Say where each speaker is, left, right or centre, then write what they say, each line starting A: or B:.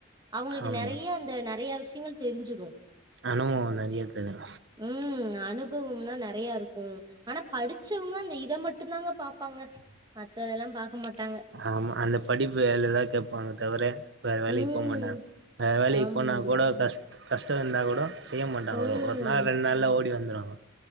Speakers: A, on the right; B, on the right.
A: அவுங்களுக்கு
B: ஆமா
A: நறைய அந்த நறைய விஷயங்கள் தெரிஞ்சிடு
B: அனுபவம் நறைய தெரியு
A: ம் அனுபவம்னா நறைய இருக்கும் ஆனா படிச்சவங்க அந்த இதை மட்டுந்தாங்க பாப்பாங்க மத்ததெல்லா பாக்க மாட்டாங்க
B: ஆமா அந்த படிப்பு வேலைதா கேப்பாங்க தவிர வேற வேலைக்கு
A: ம்
B: போ மாட்டாங்க வேற வேலைக்கு
A: ஆமா
B: போனா
A: ஆமா
B: கூட கஷ் கஷ்ட இருந்தா கூட செய்ய மாட்டாங்க
A: ம்
B: ஒரு நாள் ரெண்டு நாள்ல ஓடி வந்துருவாங்க